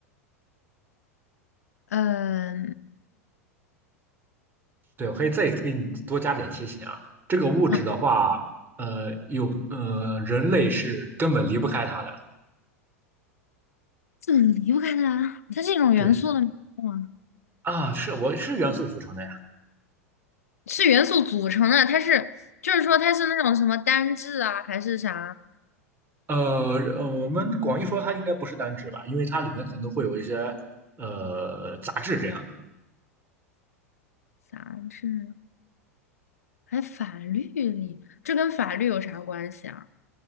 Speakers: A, on the left; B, on the right.
A: 呃，
B: 对，我可以再给你多加点提醒啊。这个物质的话，
A: 啊，
B: 呃，有呃，人类是根本离不开它的。
A: 怎么离不开它？它是一种元素的名字吗？
B: 对啊，是我是元素组成的呀。
A: 是元素组成的，它是，就是说它是那种什么单质啊，还是啥
B: 呃，呃我们广义说它应该不是单质吧，因为它里面可能会有一些呃杂质这样的。
A: 杂质？还法律里，这跟法律有啥关系啊？